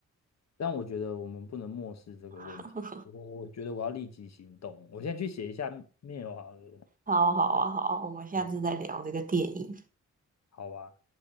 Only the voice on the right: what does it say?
<laughs>
好啊好啊，
好啊我们下次再聊这个电影。